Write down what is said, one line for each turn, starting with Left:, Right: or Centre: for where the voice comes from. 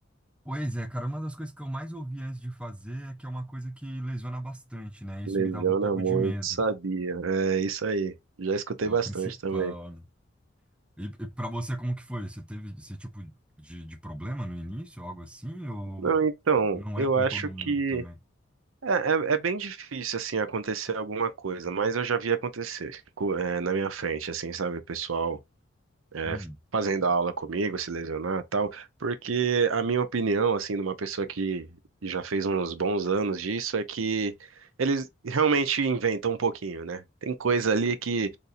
Centre: pois é, cara, uma das coisas que eu mais ouvi antes de fazer é que é uma coisa que lesiona bastante, né? Isso
Right: Lesiona
Centre: me dava um pouco
Right: muito,
Centre: de medo.
Right: sabia. É, isso aí. Já escutei
Centre: É
Right: bastante
Centre: o principal,
Right: também.
Centre: né? E, e para você, como que foi? Você teve esse tipo de, de problema no início, algo assim? Ou
Right: Não, então,
Centre: não
Right: eu
Centre: é com
Right: acho
Centre: todo mundo
Right: que
Centre: também?
Right: é, é, é bem difícil, assim, acontecer alguma coisa, mas eu já vi acontecer, co- é, na minha frente, assim, sabe? O pessoal é,
Centre: Hum,
Right: fazendo aula comigo, se lesionar e tal, porque a minha opinião, assim, de uma pessoa que já fez uns bons anos disso, é que eles realmente inventam um pouquinho, né? Tem coisa ali que